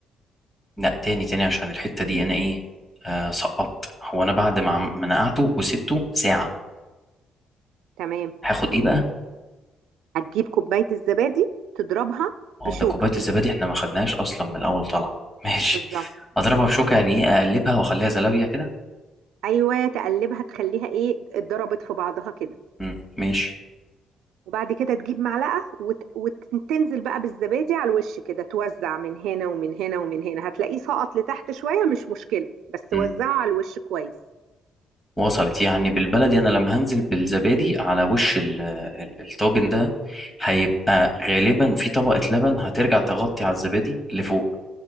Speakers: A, on the left; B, on the right.
A: لا تاني تاني عشان الحتة دي انا ايه آه سقطت هو انا بعد ما عم- ما نقعته وسبته ساعة
B: تمام
A: هاخد ايه بقى
B: هتجيب كوباية الزبادي تضربها
A: اه
B: بشوكة
A: ده كوباية الزبادي احنا ما خدناهاش اصلا من الاول طلع <laughs> ماشي
B: بالظبط
A: اضربها بشوكة يعني ايه اقلبها واخليها زلابية كده
B: أيوة تقلبها تخليها إيه اتضربت في بعضها كده
A: مم، ماشي
B: وبعد كده تجيب معلقة وت... وتنزل بقى بالزبادي على الوش كده توزع من هنا ومن هنا ومن هنا هتلاقيه سقط لتحت شوية مش مشكلة بس
A: مم.
B: وزعه على الوش كويس
A: وصلت يعني بالبلدي انا لما هنزل بالزبادي على وش ال- ال- الطاجن ده هيبقى غالبا في طبقة لبن هترجع تغطي على الزبادي لفوق